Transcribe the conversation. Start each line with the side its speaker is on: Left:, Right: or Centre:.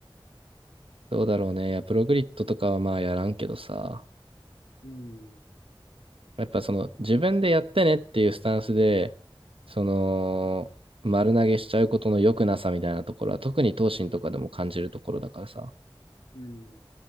Right: どうだろうね。いや、プログリッドとかはまあやらんけどさ、
Left: うん。
Right: やっぱその自分でやってねっていうスタンスで、その、丸投げしちゃうことの良くなさみたいなところは、特に東進とかでも感じるところだからさ。
Left: うん。